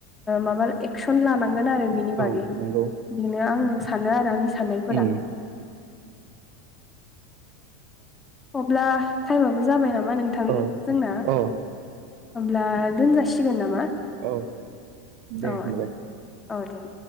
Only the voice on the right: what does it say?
औ नंगौ
उम
औ
अ
औ दे
होनबालाय